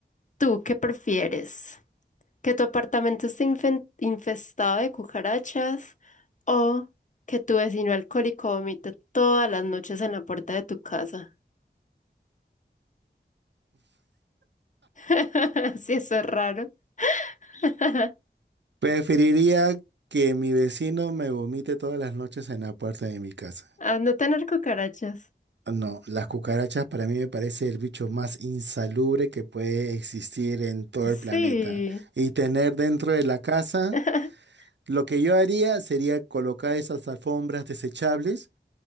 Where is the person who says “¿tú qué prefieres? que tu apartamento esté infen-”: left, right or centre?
Left